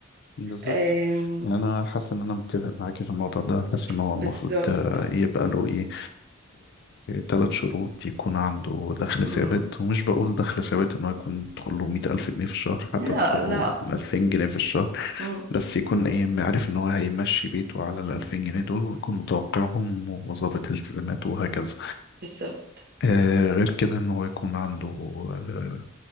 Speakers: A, on the left (about 55°); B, on the right (about 50°).
A: بالظبط
B: آم،
A: يعني انا حاسس ان انا متفق معاكي في الموضوع ده حاسس ان هو
B: بالظبط
A: المفروض آه، يبقى له ايه ثلاث شروط يكون عنده دخل
B: مم.
A: ثابت ومش بقول دخل ثابت ان هو يكون بيدخل له 100000 جنيه في الشهر حتى
B: لا
A: بيدخل
B: لا
A: له 2000 جنيه في الشهر
B: مم،
A: بس يكون ايه عارف ان هو هيمشي بيته على ال 2000 جنيه دول ويكون متوقعهم وظابط التزاماته وهكذا
B: بالظبط
A: آه غير كده ان هو يكون عنده آه،